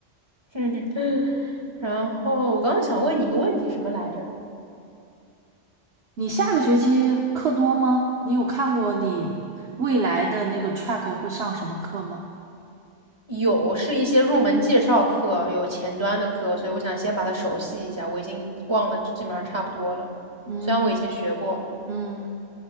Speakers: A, on the right; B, on the right.
A: 嗯，然后我刚刚想问你一个问题，什么来着？
B: 你下个学期课多吗？你有看过你未来的那个 track 会上什么课吗？
A: 有是一些入门介绍课，有前端的课，所以我想先把它熟悉一下。我已经忘的基本上差不多了，
B: 嗯
A: 虽然我以前学过，
B: 嗯。